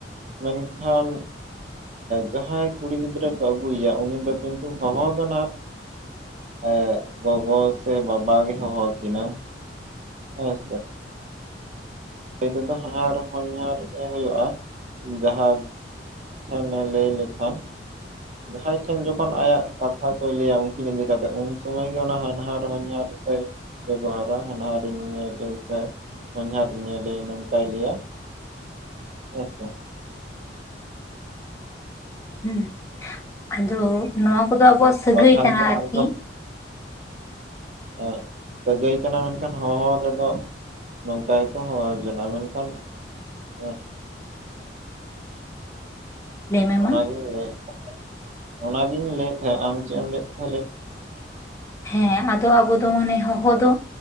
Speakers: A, on the right; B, on the left.
A: ᱢᱮᱱᱠᱷᱟᱱ ᱡᱟᱦᱟᱸᱭ ᱠᱩᱲᱤ ᱜᱤᱫᱽᱨᱟᱹ ᱠᱚ ᱟᱹᱜᱩᱭ ᱮᱭᱟ ᱩᱱᱤ ᱫᱚ ᱠᱤᱱᱛᱩ ᱦᱚᱦᱚ ᱫᱚ ᱱᱟᱜ ᱮ ᱜᱚᱜᱚ ᱥᱮ ᱵᱟᱵᱟ ᱜᱮ ᱦᱚᱦᱚ ᱠᱤᱱᱟ ᱦᱮᱸ ᱥᱮ᱾ ᱥᱟᱹᱜᱟᱹᱭ ᱛᱮᱫᱚ ᱦᱟᱱᱦᱟᱨ ᱦᱚᱧᱦᱟᱨ ᱜᱮ ᱦᱩᱭᱩᱜᱼᱟ, ᱡᱟᱦᱟᱸ ᱦᱮ ᱢᱮᱱ ᱞᱟᱹᱭ ᱞᱮᱠᱷᱟᱱ ᱡᱟᱦᱟᱸᱭ ᱴᱷᱮᱱ ᱡᱚᱠᱷᱚᱱ ᱟᱭᱟᱜ ᱠᱟᱛᱷᱟ ᱠᱚᱭ ᱞᱟᱹᱭᱟ ᱩᱱᱠᱤᱱ ᱤᱫᱤ ᱠᱟᱛᱮᱫ ᱩᱱ ᱥᱩᱢᱚᱭ ᱜᱮ ᱚᱱᱟ ᱦᱟᱱᱦᱟᱨ ᱦᱚᱧᱦᱟᱨ ᱚᱱᱠᱟᱭ ᱵᱮᱵᱷᱚᱦᱟᱨᱟ ᱦᱟᱱᱟᱨᱤᱧ ᱮ ᱞᱟᱹᱭ ᱫᱟ ᱦᱚᱧᱦᱟᱨ ᱾ <inaudible> ᱱᱚᱝᱠᱟᱭ ᱞᱟᱹᱭᱟ ᱦᱮᱥᱮ᱾
B: ᱦᱮᱸ ᱟᱫᱚ ᱱᱚᱣᱟ ᱠᱚᱫᱚ ᱟᱵᱚᱣᱟᱜ ᱥᱟᱹᱜᱟᱹᱭ
A: ᱵᱟᱠᱷᱟᱱ
B: ᱠᱟᱱᱟ
A: ᱫᱚ
B: ᱟᱨᱠᱤ
A: ᱟᱡ
B: ᱾
A: ᱦᱮ ᱥᱟᱹᱜᱟᱹᱭ ᱠᱟᱱᱟ ᱢᱮᱱᱠᱷᱟᱱ ᱦᱚᱦᱚ ᱨᱮᱫᱚ ᱱᱚᱝᱠᱟ ᱜᱮᱠᱚ ᱦᱚᱦᱚ ᱡᱚᱱᱚᱜ-ᱟ, ᱢᱮᱱᱠᱷᱟᱱ ᱦᱮᱸ,
B: ᱞᱟᱹᱭ ᱢᱮ
A: ᱚᱱᱟᱜᱮᱧ
B: ᱢᱟ
A: ᱞᱟᱹᱭᱮᱫ ᱛᱟᱦᱮᱫ ᱚᱱᱟᱜᱤᱧ ᱞᱟᱹᱭᱮᱫ ᱛᱟᱦᱮᱸᱫ ᱟᱢ ᱪᱮᱫ ᱮᱢ ᱞᱟᱹᱭ ᱛᱟᱦᱮᱸᱫ ᱞᱟᱹᱭ ᱢᱮ?
B: ᱦᱮᱸ, ᱟᱫᱚ ᱟᱵᱚ ᱫᱚ ᱢᱟᱱᱮ ᱦᱚᱦᱚ ᱫᱚ